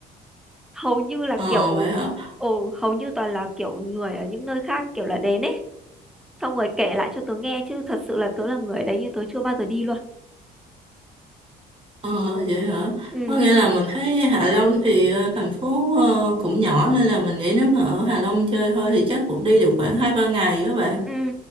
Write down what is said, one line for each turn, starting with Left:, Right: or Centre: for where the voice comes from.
Centre: hầu như là
Right: Ờ,
Centre: kiểu
Right: vậy hả
Centre: ồ hầu như toàn là kiểu người ở những nơi khác kiểu là đến ấy xong rồi kể lại cho tớ nghe chứ thật sự là tớ là người đấy nhưng tớ chưa bao giờ đi luôn
Right: ờ vậy hả
Centre: ừ
Right: có nghĩa là mình thấy Hạ Long thì ờ, thành phố ờ, cũng nhỏ nên là mình nghĩ nếu mà ở Hạ Long chơi thôi thì chắc cũng đi được khoảng hai ba ngày các bạn
Centre: Ừ.